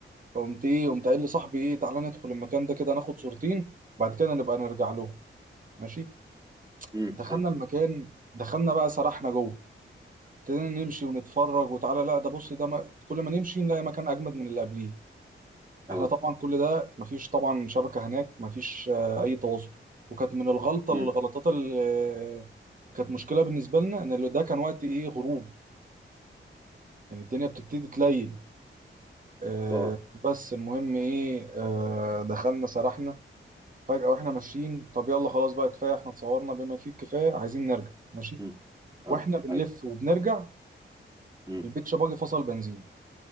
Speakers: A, on the right; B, on the right.
A: فقمت إيه قمت قايل لصاحبي إيه تعالى ندخل المكان ده كده ناخد صورتين بعد كده نبقى نرجع له ماشي
B: امم
A: دخلنا
B: اي
A: المكان دخلنا بقى سرحنا جوه ابتدينا نمشي ونتفرج وتعالى لا ده بص ده ما... كل ما نمشي نلاقي مكان اجمد من اللي قبليه
B: اه
A: احنا طبعا كل ده مفيش طبعا شبكة هناك مفيش آه، اي تواصل وكانت من الغلطة
B: امم
A: الغلطات اللي آه، كانت مشكلة بالنسبة لنا ان اللي ده كان وقت ايه غروب يعني الدنيا بتبتدي تليل آه،
B: اه
A: بس المهم ايه آه، دخلنا سرحنا فجأة واحنا ماشيين طب يلا خلاص بقى كفاية احنا اتصورنا بما فيه الكفاية عايزين نرجع ماشي
B: امم اه
A: واحنا بنلف
B: اي
A: وبنرجع
B: امم
A: البيتش باجي فصل بنزين